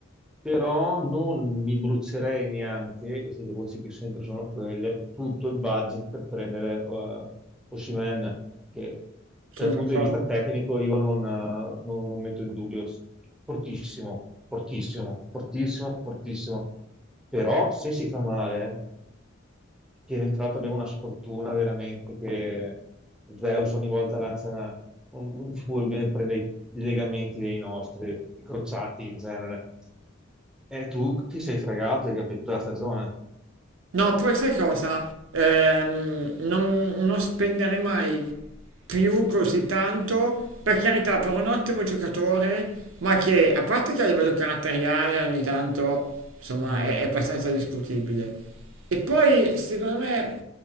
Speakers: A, in the centre; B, on the right.
A: però non mi brucerei neanche, e se le voci che sento sono quelle, tutto il budget per prendere Osimen Osimhen, che
B: Sono
A: dal punto
B: d'accordo.
A: di vista tecnico io non, eh, non- non metto in dubbio, fortissimo, fortissimo, fortissimo, fortissimo, però se si fa male che noi tra l'altro abbiamo una sfortuna veramente che Zeus ogni volta lancia una- un, un fulmine e prende i i legamenti dei nostri, i crociati in genere. E tu ti sei fregato, hai capito la stagione.
B: No, poi sai cosa? Ehm, non, non spendere mai più così tanto, per carità, per un ottimo giocatore, ma che a parte che a livello caratteriale ogni tanto, insomma,
A: Mm,
B: è, è abbastanza discutibile. E poi, secondo me,